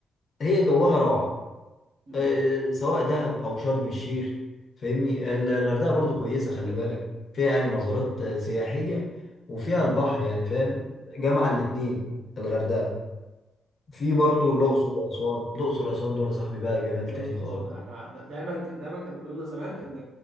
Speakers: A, on the left; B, on the right.
A: هي جواها روعة
B: مم.
A: آه، سواء دهب أو شرم الشيخ فاهمني ال- الغردقة برضو كويسة خلي بالك فيها يعني مزارات آه، سياحية وفيها البحر يعني فاهم جامعة الاتنين الغردقة في برضو الأقصر وأسوان الأقصر وأسوان دول يا صاحبي بقى جمال
B: الأقصر
A: تاني خالص
B: وأسوان احنا دايما دايما كانوا يقولوا لنا زمان إن